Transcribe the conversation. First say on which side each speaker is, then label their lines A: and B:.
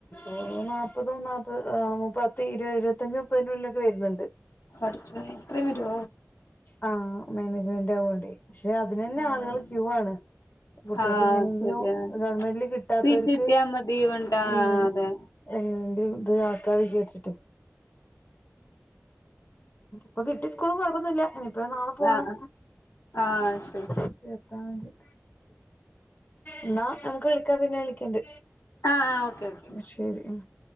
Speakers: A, on the left (about 35°); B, on the left (about 65°).
A: ഓ നാപ്പതും നാപ്പത് ഹെ പത്ത് ഇരുപത് ഇരുപത്തഞ്ചും മുപ്പതിനുള്ളിലൊക്കെ വരുന്നുണ്ട്
B: പടച്ചോനെ ഇത്രയും വരെ
A: ആ മാനേജ്മെന്റ് ആവോണ്ടേ പക്ഷെ അതിനന്നെ
B: ഓഹ്
A: ആളുകള് ക്യൂ ആണ് കുട്ടികൾക്ക്
B: ആഹ്
A: എങ്ങനെങ്കിലും
B: ശരിയാ
A: ഗവൺമെന്റില് കിട്ടാത്തോർക്ക്
B: സീറ്റ് കിട്ടിയാ മതി വേണ്ട
A: ഉം
B: അതെ
A: എ ത് ഇത് ആക്കാ വിചാരിച്ചിട്ട് ഇപ്പൊ കിട്ടി സ്കൂളും കൊഴപ്പൊന്നുല്ല ഇനിയിപ്പം നാളെ പോണം
B: ആഹ് ആഹ് ആഹ് ശരി
A: <unintelligible> എന്നാ നമക്ക് വിളിക്കാ പിന്നെ വിളിക്കണ്ട്‌
B: ആഹ ആ ഓക്കെ ഓക്കെ
A: ന്നാ ശരി ഉം